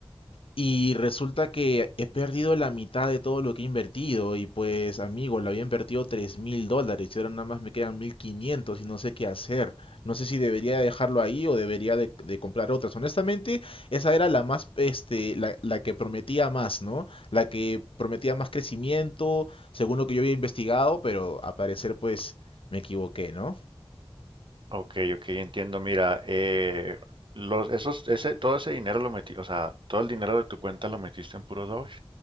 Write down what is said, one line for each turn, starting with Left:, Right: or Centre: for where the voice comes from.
Left: Y resulta que he perdido la mitad de todo lo que he invertido y pues amigo, lo había invertido 3 mil dólares y ahora nada más me quedan 1500 y no sé qué hacer. No sé si debería dejarlo ahí o debería de, de comprar otras. Honestamente, esa era la más, este, la, la que prometía más, ¿no? La que prometía más crecimiento, según lo que yo había investigado, pero a parecer pues me equivoqué, ¿no?
Right: Ok, ok, entiendo. Mira, eh, los, esos, ese, todo ese dinero lo metí, o sea, todo el dinero de tu cuenta lo metiste en puro Doge.